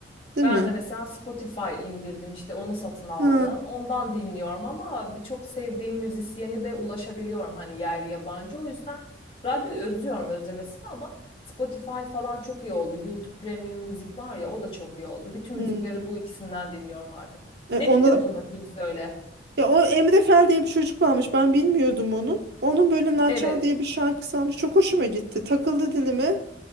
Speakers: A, on the right; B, on the left.
A: değil
B: ben
A: mi?
B: de mesela Spotify indirdim işte onu satın aldım.
A: Ha.
B: Ondan dinliyorum ama birçok sevdiğim müzisyeni de ulaşabiliyorum hani yerli yabancı. O yüzden radyoyu özlüyorum özlemesini ama Spotify falan çok iyi oldu. YouTube Premium müzik var ya o da çok iyi oldu. Bütün
A: Hmm.
B: müzikleri bu ikisinden dinliyorum artık.
A: E,
B: Ne
A: onlara
B: dinliyordun bakayım söyle.
A: Ya o Emre Fel diye bir çocuk varmış. Ben bilmiyordum onu. Onun böyle Naçar
B: Evet.
A: diye bir şarkısı varmış. Çok hoşuma gitti. Takıldı dilime.